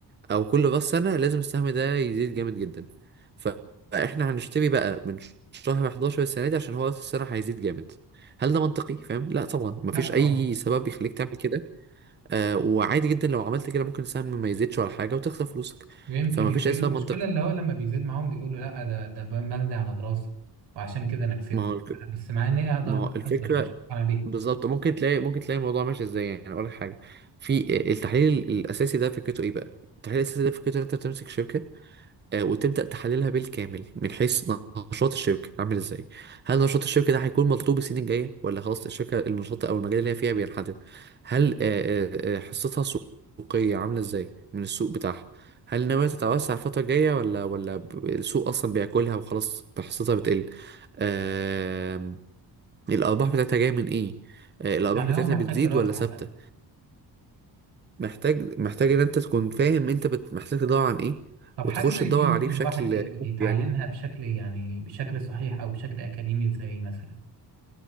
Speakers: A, on the right; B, on the right.
A: او كل راس سنه لازم السهم ده يزيد جامد جدا ف- فاحنا هنشتري بقى من شهر 11 السنه دي عشان هو راس السنه هيزيد جامد هل ده منطقي فاهم لا طبعا مفيش
B: لا طبعا
A: اي سبب يخليك تعمل كده آه وعادي جدا لو عملت كده ممكن السهم ما يزيدش ولا حاجه وتخسر فلوسك
B: ويمكن
A: فمفيش
B: يزيدوا
A: اي سبب
B: المشكلة
A: منطقي
B: اللي هو لما بيزيد معاهم بيقولوا لا ده ده مبني على دراسة وعشان كده أنا كسبت
A: ما هو
B: بس مع إن هي ضربة
A: ما هو الفكرة
B: حظ أنا مش مقتنع بيها
A: بالظبط ممكن تلاقي ممكن تلاقي الموضوع ماشي ازاي يعني اقول لك حاجة في التحليل الاساسي ده فكرته ايه بقى؟ التحليل الاساسي ده فكرته ان انت بتمسك شركة آه، وتبدأ تحللها بالكامل من حيث نشاط الشركة عامل ازاي؟ هل نشاط الشركة ده هيكون مطلوب السنين الجاية ولا خلاص الشركة النشاط او المجال اللي هي فيها بينحدر؟ هل آه، آه، آه، حصتها السوقية عاملة ازاي من السوق بتاعها؟ هل ناوية تتوسع الفترة الجاية ولا ولا ب- السوق أصلا بياكلها وخلاص حصتها بتقل؟ آم، الارباح بتاعتها جايه من ايه آه، الارباح
B: يعني
A: بتاعتها
B: هو محتاج
A: بتزيد
B: دراسة
A: ولا ثابته
B: عملية
A: محتاج محتاج ان انت تكون فاهم انت بت... محتاج تدور عن ايه
B: طب
A: وتخش
B: حاجة زي
A: تدور
B: دي ممكن
A: عليه بشكل
B: الواحد ي- يتعلمها
A: يعني
B: بشكل يعني بشكل صحيح أو بشكل أكاديمي إزاي مثلا